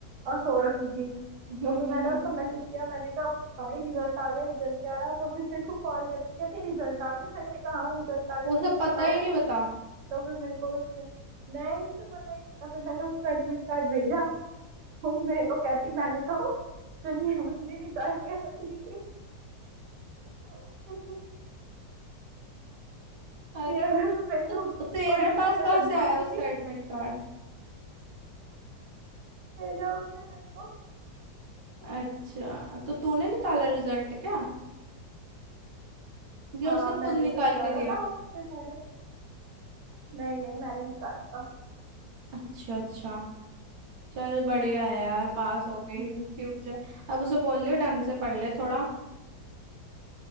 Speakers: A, on the right; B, on the right.
A: और सो रखी थी
B: हम्म
A: तो फिर
B: हम्म
A: मैंने
B: हम्म
A: उसको मैसेज किया मैंने कहा भाई रिजल्ट आ गया रिजल्ट क्या रहा तो फिर मेरे को कॉल करती कहती रिजल्ट आ गया मैंने कहा हाँ रिजल्ट आ गया तूने
B: उसे पता
A: निकाला
B: ही नहीं
A: नहीं
B: बता
A: तो फिर मेरे को उसने नहीं उसे पता ही नहीं था फिर मैंने उसको एडमिट कार्ड भेजा वो मेरे को कहती मैंने तो चुन्नी मुन्नी निकाल के रख ली थी <laughs>
B: अरे
A: कि अगर मैं फेल
B: तो
A: होगी तो
B: तेरे
A: पंखे
B: पास
A: से लटक
B: कहाँ से
A: जाऊंगी
B: आया उसका एडमिट कार्ड
A: भेजा उसने मेरे को
B: अच्छा तो तूने निकाला रिजल्ट क्या या
A: हाँ
B: उसने
A: मैंने
B: खुद निकाल
A: ही तो निकाला
B: के दिया
A: था फिर मैंने नहीं नहीं मैंने निकाला था
B: अच्छा अच्छा चल बढ़िया है यार पास हो गई
A: हम्म
B: फ्यूचर अब उसे बोल लियो ढंग से पढ़ ले थोड़ा